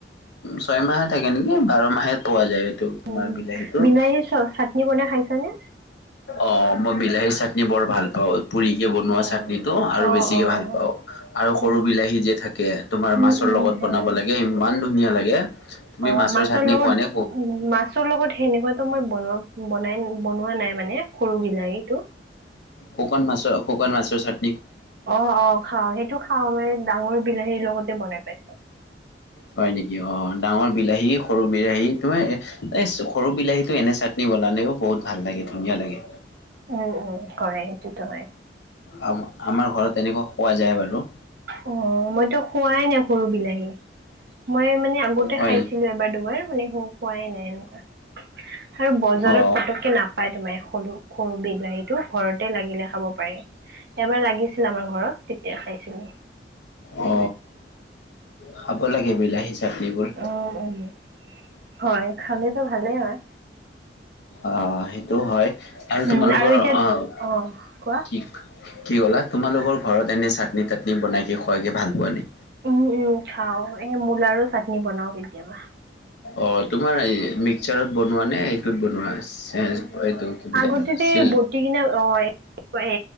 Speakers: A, on the left; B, on the right.
A: ছয় মাহে থাকে নেকি বাৰ মাহে পোৱা যায় এইটো তোমাৰ
B: উম,
A: বিলাহীটো
B: বিলাহী চ চাটনি বনাই খাইছ নে?
A: অ' মই বিলাহী চাটনি বৰ ভাল পাওঁ। পুৰিকে বনোৱা
B: অ',
A: চাটনি টোৰ আৰু
B: অ',
A: বেছিকে
B: অ',
A: ভাল
B: হয়।
A: পাওঁ, আৰু সৰু
B: উম,
A: বিলাহী যে থাকে
B: উম,
A: মাছৰ
B: উম,
A: লগত। লগত
B: হয়।
A: বনাব লাগে ইমান ধুনীয়া লাগে। তুমি
B: অ, মাছৰ
A: চাটনি
B: লগত
A: খোৱা নে
B: উ মাছৰ লগত সেনেকুৱাতো মই বনাৱা বনাই। বনোৱা নাই মানে সৰু বিলাহীটো।
A: শুকান মাছৰ শুকান মছৰ চাতনি
B: অ-অ খাও সেইটো খাও মে ডাঙৰ বিলাহীৰ লগতে বনাই পাইছো।
A: হয় নেকি? অ, ডাঙৰ বিলাহী সৰু বিলাহী হে, তোমাৰ এ সৰু বিলাহীতটো এনে চাটনি বনালেও বহুত ভাল লাগে ধুনীয়া লাগে
B: উম, উম, হয় সেইটোতো হয়।
A: আ আমাৰ ঘৰত তেনেকুৱা খোৱা যায় বাৰু
B: অ মইতো খোৱাই নাই সৰু বিলাহী মই মানে আগতে
A: হয়
B: খাইছিলো এবাৰ দুবাৰ মানে খোৱাই নাই এনেকুৱা আৰু বজাৰত
A: অ
B: পতককে নাপায় তোমাৰ সৰু-সৰু বিল বিলাহীটো ঘৰতে লাগিলে খাব পাৰেি এবাৰ লাগিছিল আমাৰ ঘৰত তেতিয়া খাইছিলো।
A: অ, খাব লাগে বিলাহী চাটনিবোৰ
B: উম উম। হয় খালেটো ভালেই হয়।
A: অ, সেইটো হয় আৰু
B: উম
A: তোমালোকৰ
B: এতিয়া
A: আহ
B: অ কোৱা?
A: কি কি ক'লা তোমালোকৰ ঘৰত এনে চাটনি তাটনি বনাই কে খুৱাইকে ভাল পোৱা নে।
B: উম-উম খাও এ মূলা আৰু চাটনি বনাও কেতিয়াবা।
A: অ, তোমাৰ মিক্সাৰত বনোৱা নে এইটোত বনোৱা এইটো কি বোলে
B: আগততে
A: আছিল
B: বতি কিনে অ এ